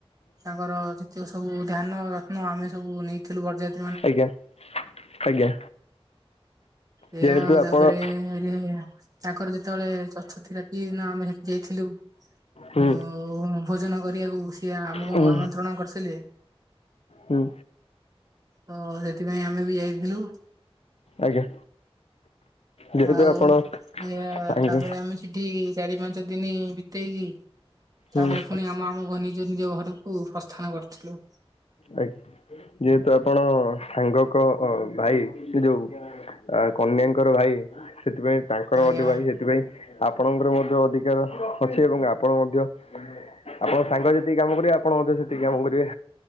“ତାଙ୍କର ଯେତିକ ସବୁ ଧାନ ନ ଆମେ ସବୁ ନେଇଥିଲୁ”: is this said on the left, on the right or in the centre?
Right